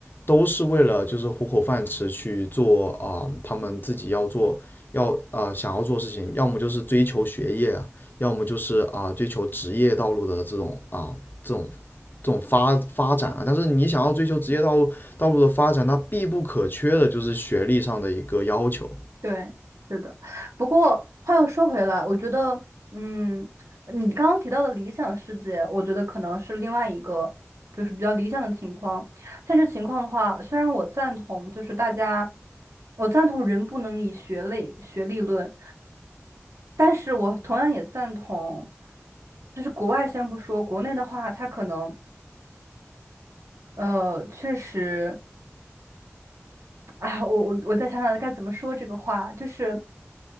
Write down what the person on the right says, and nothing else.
对，是的。不过话又说回来，我觉得，嗯，你刚刚提到的理想世界，我觉得可能是另外一个，就是比较理想的情况。现实情况的话，虽然我赞同，就是大家，我赞同人不能以学类学历论，但是我同样也赞同，就是国外先不说，国内的话，它可能，呃，确实。哎，我我我再想想该怎么说这个话，就是，